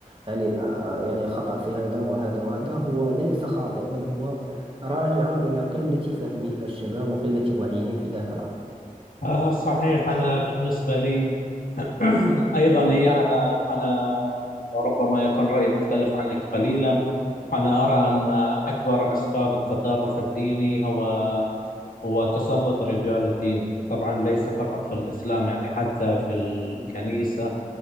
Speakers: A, on the right; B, on the left.
A: يعني آه، يعني خطأ في هذا وهذا وهذا هو ليس خاطئ بل هو راجع إلى قلة فهم الشباب وقلة وعيهم في ذاك العصر
B: آه صحيح أنا بالنسبة لي <clears throat> أيضا هي أنا أنا ربما يكون رأيي مختلف عنك قليلا أنا أرى أن أكبر أسباب التطرف الديني هو هو تسلط رجال الدين طبعا ليس فقط في الإسلام يعني حتى في الكنيسة